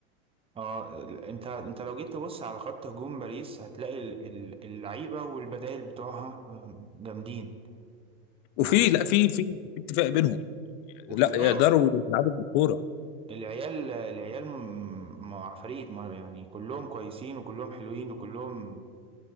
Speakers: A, on the right; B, on the left.
A: اه ال- انت انت لو جيت تبص على خط هجوم باريس هتلاقي ال- ال- اللعيبة والبدائل بتوعها آه، جامدين
B: وفي
A: يعني
B: لا في في في اتفاق بينهم
A: وفي
B: لا
A: اه
B: يقدروا يلعبوا بالكوره
A: العيال العيال م- م- عفاريت ما- يعني كلهم كويسين وكلهم حلوين وكللهم